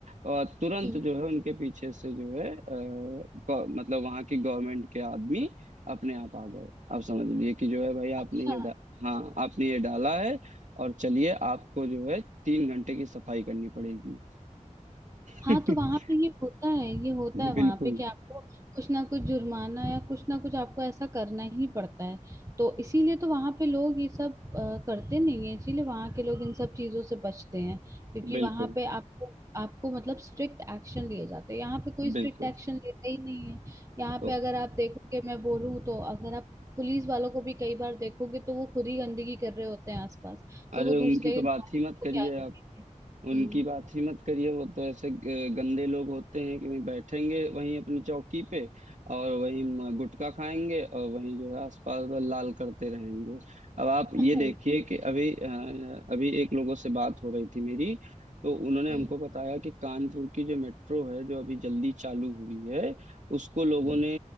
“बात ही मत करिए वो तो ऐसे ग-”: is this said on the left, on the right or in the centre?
Right